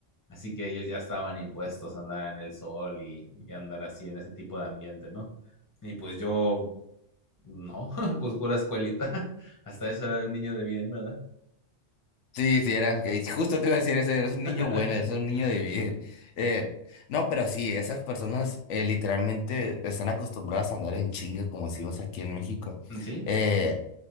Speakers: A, on the left (about 20°); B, on the left (about 80°).
A: Así que ellos ya estaban impuestos a andar en el sol y, y andar así en ese tipo de ambiente, ¿no? Y pues yo, no, <laughs> pues pura escuelita. <laughs> Hasta eso era de niño de bien, ¿verdad?
B: Sí, sí, era, eh, justo te iba a decir, ese eres un
A: <laughs>
B: niño bueno, eres un niño de bien. Eh,
A: Sí,
B: no, pero sí, esas personas eh, literalmente están acostumbradas a andar en chinga, como decimos aquí en México.
A: Sí,
B: Eh,